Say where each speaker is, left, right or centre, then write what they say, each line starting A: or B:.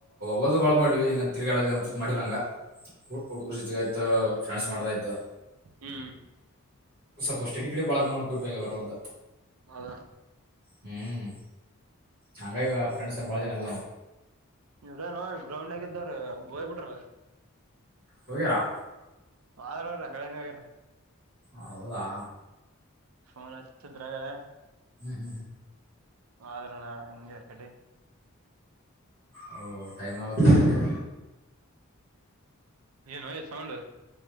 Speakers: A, on the right; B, on the right.
A: ಓದ ಭಾಳ ಮಾಡೀವಿ ಇಗ ತಿಗಡದಂತ ಮಾಡಿಲ್ಲಂಗ ಹುಡುಗರು ಜೊತೆಗ ಆಯ್ತ ಫ್ರೆಂಡ್ಸ್ ಮಾಡ್ದ ಆಯ್ತ
B: ಹ್ಮ್
A: ಸಪೋಸ್ ಸಡಿಗಿಡಿ ಬಾಳ ಗಾಮ ಕೊಯಂಗ ಬರೋದ
B: ಹೌದಾ
A: ಹ್ಮ್ ಹಂಗಾಗಿ ಆ ಫ್ರಿನ್ಡ್ಸ್ ಎ ಬಾಳ ಜನ ಎಲ್ಲ
B: ಇವ್ರೇ ನೋ ಗ್ರೌಂಡ್ ಆಗಿದ್ದಾರ ಹೋಗ್ಬಿಟ್ರ
A: ಹೋಗರಾ
B: ದೋಗರ ಹಳನಿ ವಗರ
A: ಹೌದಾ
B: ಫೋನ್ ಹಚ್ಚಿದ್ರಗಳೆ
A: ಹ್ಞೂ
B: ವಾದ್ರೂ ನಾಳೆ ಹಂಗೆ ಅಕಡಿ
A: ಓ ಟೈಮ್ ಆಗುತ್ ಮತ್ತೆ
B: ಏನೋ ಇದೆ ಸೌಂಡು